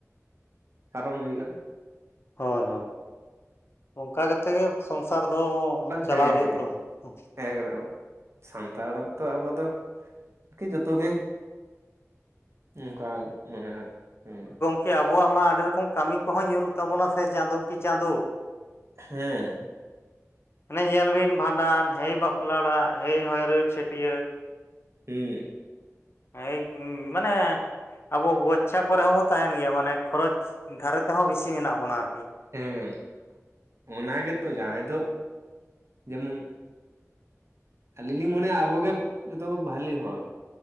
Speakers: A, on the right; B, on the left.
A: ᱯᱟᱨᱚᱢ ᱦᱩᱭᱩᱜ-ᱟ ᱦᱩᱸ
B: ᱦᱳᱭ ᱦᱳᱭ ᱚᱱᱠᱟ ᱠᱟᱛᱮ ᱜᱮ ᱥᱚᱝᱥᱟᱨ ᱫᱚ ᱪᱟᱞᱟᱣ
A: ᱦᱮᱸ
B: ᱦᱩᱭᱩᱜ
A: ᱦᱮᱸ
B: ᱛᱟᱢᱟ ᱦᱚᱸ
A: ᱮᱠᱫᱚᱢ ᱥᱟᱱᱛᱟᱲ ᱫᱚ ᱟᱵᱚ ᱫᱚ ᱟᱨᱠᱤ ᱡᱚᱛᱚ ᱜᱮ ᱚᱱᱠᱟ ᱢᱟᱱᱮ ᱟᱨ ᱦᱮᱸ
B: ᱠᱮ ᱟᱵᱚᱣᱟᱜ ᱢᱟ ᱟᱹᱰᱤ ᱨᱚᱠᱚᱢ ᱠᱟᱹᱢᱤ ᱠᱚᱦᱚᱸ ᱧᱩᱨᱩᱜ ᱛᱟᱵᱚᱱᱟ ᱥᱮ ᱪᱟᱸᱫᱚ ᱠᱤ ᱪᱟᱸᱫᱚ
A: ᱦᱮᱸ
B: ᱦᱟᱱᱮ ᱧᱮᱞ ᱵᱤᱱ ᱵᱷᱟᱸᱰᱟᱱ ᱦᱮᱭ ᱵᱟᱯᱞᱟ ᱚᱲᱟᱜ ᱦᱮᱭ ᱦᱚᱭᱨᱳ ᱪᱷᱟᱹᱴᱭᱟᱹᱨ
A: ᱦᱩ
B: ᱦᱮ ᱢᱟᱱᱮ ᱟᱵᱚ ᱜᱳᱪᱪᱷᱟ ᱠᱚᱨᱮ ᱦᱚᱸᱵᱚᱱ ᱛᱟᱦᱮᱱ ᱜᱮᱭᱟ ᱢᱟᱱᱮ ᱠᱷᱚᱨᱚᱪ ᱫᱷᱟᱨᱮ ᱛᱮᱦᱚᱸ ᱵᱤᱥᱤ ᱢᱮᱱᱟᱜ ᱵᱚᱱᱟ ᱟᱨᱠᱤ
A: ᱦᱮᱸ ᱚᱱᱟ ᱜᱮᱛᱚ ᱡᱟᱦᱟᱸᱭ ᱫᱚ ᱡᱮᱢᱚᱱ ᱟᱹᱞᱤᱧ ᱞᱤᱧ ᱢᱚᱱᱮᱭᱟ ᱟᱵᱚᱜᱮ ᱡᱚᱛᱚᱠᱚ ᱵᱷᱟᱹᱞᱮ ᱦᱚᱲ